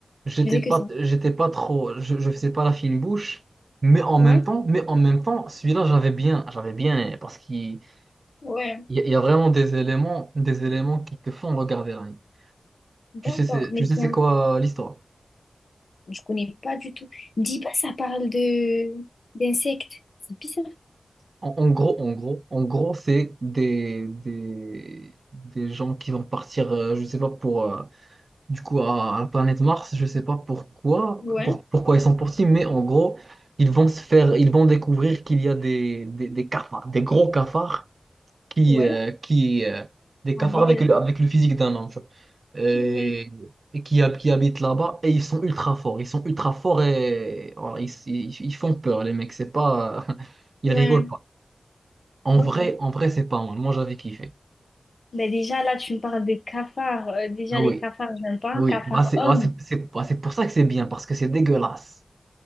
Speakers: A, on the right; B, on the left.
A: j'étais
B: je faisais
A: pas,
B: que ça.
A: j'étais pas trop, je, je faisais pas la fine bouche. Mais en
B: Ouais,
A: même temps, mais en même temps, celui-là, j'avais bien, j'avais bien aimé, parce qu'il
B: ouais.
A: il y, a il y a vraiment des éléments, des éléments qui te font regarder l'anime.
B: D'accord.
A: Tu sais, c'est-
B: Mais
A: tu
B: tiens
A: sais, c'est quoi euh, l'histoire?
B: je connais pas du tout. Me Dis pas, ça parle de d'insectes. C'est bizarre.
A: En, en gros, en gros, en gros, c'est des, des, des gens qui vont partir, euh, je sais pas pour, euh, du coup, à, à la planète Mars, je sais pas pourquoi,
B: Ouais,
A: pour- pourquoi ils sont partis, mais en gros, ils vont se faire, ils vont découvrir qu'il y a des, des, des cafards, des gros cafards qui,
B: ouais.
A: euh, qui, euh, des
B: Ah,
A: cafards
B: dégueulasse.
A: avec le, avec le physique d'un homme, tu vois. et,
B: Ouais,
A: et qui, hab- qui habitent là-bas, et ils sont ultra forts, ils sont ultra forts et voilà, ils, ils, ils font peur, les mecs, c'est pas, <laughs> ils
B: ouais.
A: rigolent. En
B: Ok.
A: vrai, en vrai, c'est pas mal. Moi, j'avais kiffé.
B: Ben déjà, là, tu me parles de cafards. Euh, déjà,
A: Oui,
B: les cafards, j'aime pas.
A: oui.
B: Cafards
A: Bah, c'est
B: hommes.
A: ah, c'est c'est- bah, c'est pour ça que c'est bien, parce que c'est dégueulasse.